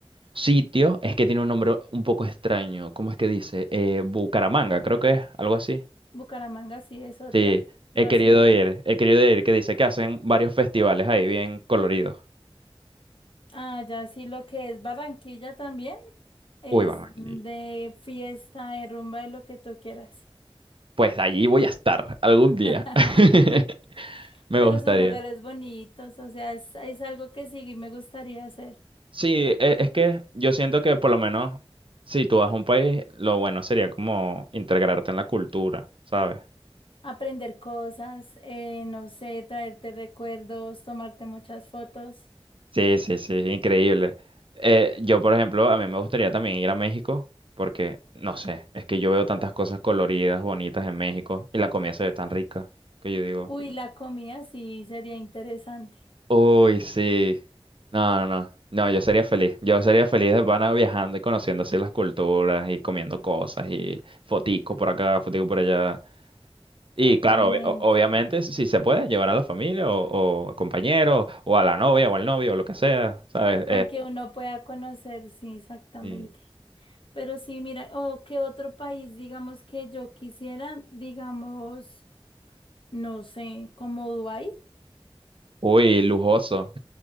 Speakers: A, on the right; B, on the left.
A: sitio es que tiene un nombre un poco extraño. ¿Cómo es que dice? Eh, Bucaramanga, creo que es algo así.
B: Bucaramanga sí es otro,
A: Sí, he
B: otra
A: querido
B: ciudad.
A: ir, he querido ir, que dice que hacen varios festivales ahí bien coloridos.
B: Ah, ya sí, lo que es Barranquilla también es
A: Uy, Barranquilla.
B: de fiesta, de rumba, de lo que tú quieras.
A: Pues allí voy a estar algún
B: <laughs>
A: día. <laughs> Me
B: Pero
A: gustaría.
B: son lugares bonitos, o sea, es, es algo que sí me gustaría hacer.
A: Sí, e- es que yo siento que por lo menos si tú vas a un país, lo bueno sería como integrarte en la cultura, ¿sabes?
B: Aprender cosas, eh, no sé, traerte recuerdos, tomarte muchas fotos.
A: Sí, sí, sí, increíble. Eh, yo, por ejemplo, a mí me gustaría también ir a México porque, no sé, es que yo veo tantas cosas coloridas, bonitas en México y la comida se ve tan rica que yo digo,
B: Uy, la comida sí sería interesante,
A: uy, sí. No, no, no, no, yo sería feliz. Yo sería feliz de pana viajando y conociendo así las culturas y comiendo cosas y foticos por acá, foticos por allá.
B: totalmente.
A: Y claro, obvi- o- obviamente, si se puede, llevar a la familia o, o a compañeros o a la novia o al novio o lo que sea, ¿sabes?
B: Con que uno pueda conocer, sí, exactamente.
A: Eh,
B: Pero sí, mira, o qué otro país, digamos, que yo quisiera, digamos, no sé, como Dubái.
A: Uy, lujoso.